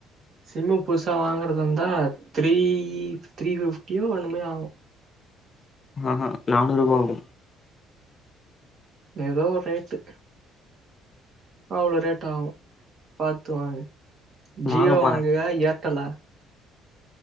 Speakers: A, on the right; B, on the left.
A: சிம்மு புதுசா வாங்குறதா இருந்தா த்ரீ த்ரீ ஃபிப்டியோ என்னமோ ஆகும்
B: ஆஹ்ஹ் நானூறு ரூபா வரும்
A: ஏதோ ஒரு ரேட்டு அவ்வளவு ரேட்டு ஆவும் பாத்து வாங்கு ஜியோ
B: வாங்க போறே
A: வாங்குங்க ஏர் தல